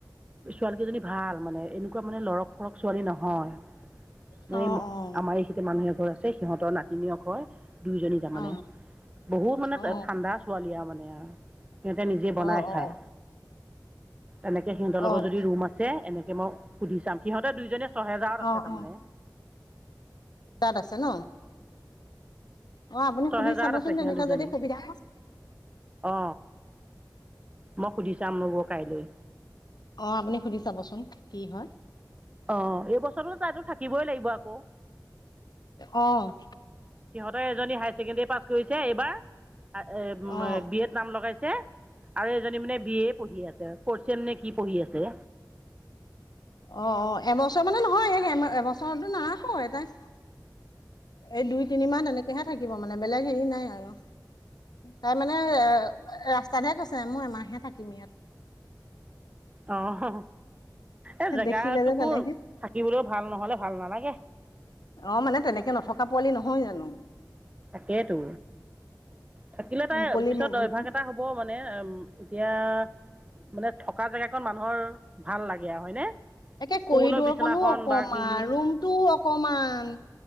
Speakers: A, on the right; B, on the left.
A: ছোৱালী কেইজনী ভাল, মানে এনেকুৱা মানে লৰক-ফৰক ছোৱালী নহয় আমাৰ
B: অ',
A: এই
B: অ',
A: আমাৰ এইখিনিতে মানুহ এঘৰ আছে। সিহঁতৰ নাতি আকৈ দুইজনী তাৰমানে।
B: অ',
A: বহুত মানে
B: অ',
A: ঠাণ্ডা ছোৱালী আৰু মানে সিহঁতে নিজে
B: অ',
A: বনাই
B: অ'।
A: খায়। তেনেকে সিহঁতৰ
B: অ',
A: লগৰ যদি ৰুম আছে এনেকে মই সুধি চাম। সিহঁতে দুইজনীয়ে ছহেজাৰত
B: অ',
A: আছে তাৰমানে।
B: অ', তাত আছে ন। অ আপুনি
A: ছহেজাৰত
B: সুধি চাবচোন
A: আছে
B: তেনেকুৱা
A: সিহঁত দুজনী
B: যদি সুবিধা হয়
A: অ মই সুধি চাম ৰব কাইলৈ।
B: অহ আপুনি সুধি চাবচোন কি হয়।
A: অ' এই বছৰটো তাইতো থাকিবই লাগিব আকৌ।
B: অ'।
A: সিহঁতৰে এজনী হায়াৰ ছেকেণ্ডৰী পাছ কৰিছে এইবাৰ, এ
B: অ', অ',
A: বি এত নাম লগাইছে। আৰু এজনী মানে বি এ পঢ়ি আছে। ফৰ চেম নে কি পঢ়ি আছে।
B: অ' অ' এবছৰ মানে নহয় এবছৰতো নাৰাখোয়ে তাইক। এই দুই, তিনি মাহ তেনেকেহে থাকিব মানে, বেলেগ হেৰি নাই আৰু। তাৰ মানে ৰাস্তাতহে কৈছে। মই এমাহহে থাকিম ইয়াত।
A: অ হ হ এ জেগাটোকো
B: দেখিলে যে তেনেকে
A: থাকিবলৈ ভাল নহলে ভাল নালাগে।
B: অ মানে তেনেকে নথকা পোৱালি নহয় জানো।
A: তাকেতো থাকিলে তাই
B: মুকলি
A: পিছত অভ্যাস এটা হ'ব মানে, উম। এতিয়া মানে থকা জেগাকণ মানুহৰ ভাল লাগে আৰু হয়নে?
B: একে কৰিডৰকনো
A: শুবলৈ বিচনাখন
B: অকমান,
A: বা কি
B: ৰুমটোও অকমান